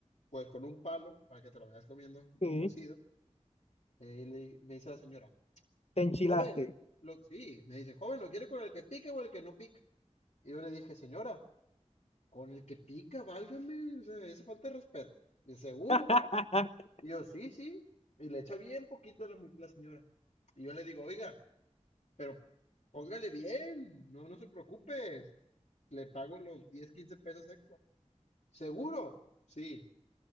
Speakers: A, on the left; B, on the left.
A: pues, con un palo, para que te lo vayas comiendo
B: sí,
A: cocido. Eh, y le- me dice la señora,
B: te enchilaste.
A: joven, lo, sí, me dice, joven, ¿lo quiere con el que pica o el que no pica? Y yo le dije, señora, con el que pica, válgame, o sea, esa falta de respeto. Y seguro.
B: <laughs>
A: Y yo, sí, sí. Y le echa bien poquito a la, mu- la señora. Y yo le digo, oiga, pero póngale bien, no, no se preocupe, le pago los 10 15 pesos extra. ¿Seguro? Sí,